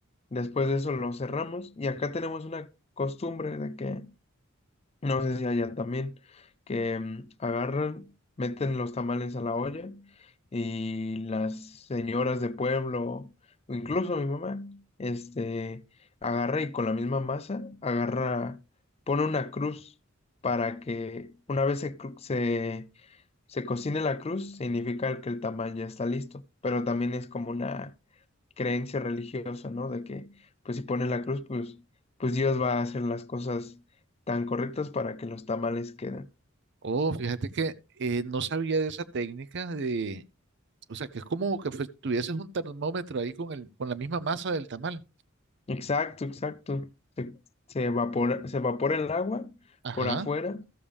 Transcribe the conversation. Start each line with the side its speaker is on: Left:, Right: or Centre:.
Left: después de eso lo cerramos y acá tenemos una costumbre de que no sé si allá también, que mm, agarran, meten los tamales a la olla y las señoras de pueblo, o incluso mi mamá, este, agarra y con la misma masa, agarra, pone una cruz para que una vez se, cru- se, se cocine la cruz, significa que el tamal ya está listo, pero también es como una creencia religiosa, ¿no? De que, pues si pones la cruz, pues, pues Dios va a hacer las cosas tan correctas para que los tamales queden.
Right: Oh, fíjate que eh, no sabía de esa técnica de, o sea, que es como que fue- tuvieses un termómetro ahí con el, con la misma masa del tamal.
Left: Exacto, exacto. Se, se evapora, se evapora el agua
Right: Ajá.
Left: por afuera